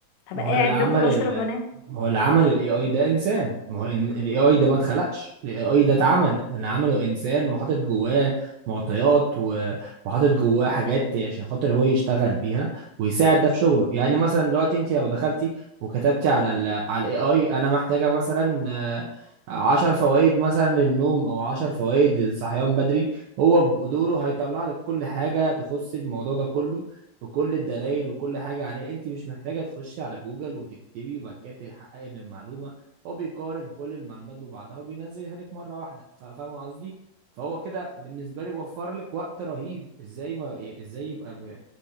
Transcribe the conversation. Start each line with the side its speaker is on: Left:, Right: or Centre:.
Left: هبقى
Right: ما
Left: قاعد
Right: هو اللي عمل
Left: باكل
Right: ال...
Left: واشرب وانام
Right: ما هو اللي عمل الاي اي ده انسان ما هو الاي اي ده ما اتخلقش الاي اي ده اتعمل اللي عمله انسان وحاطط جواه معطيات و... وحاطط جواه حاجات عشان خاطر هو يشتغل بيها ويساعد ده في شغله يعني مثلا دلوقتي انت لو دخلتي وكتبتي على ال... على الاي اي انا محتاجه مثلا آه، عشر فوائد مثلا للنوم او عشر فوائد للصحيان بدري هو بدوره هيطلع لك كل حاجه تخص الموضوع ده كله بكل الدلائل وكل حاجة عليها انت مش محتاجة تخشي على جوجل وتكتبي وبعد كده تتحققي من المعلومة هو بيقارن كل المعلومات ببعضها وبينزلها لك مرة واحدة فا- فاهمة قصدي فهو كده بالنسبة لي وفر لك وقت رهيب ازاي ما ازاي يبقى ب...